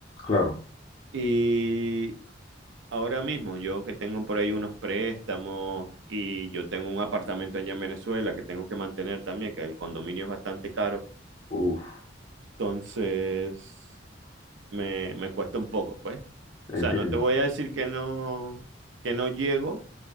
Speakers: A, on the left (about 25°); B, on the right (about 85°).
A: Claro.
B: Y ahora mismo, yo que tengo por ahí unos préstamos y yo tengo un apartamento allá en Venezuela que tengo que mantener también, que el condominio es bastante caro.
A: Uf,
B: Entonces, me, me cuesta un poco, pues. O
A: entiendo.
B: sea, no te voy a decir que no, que no llego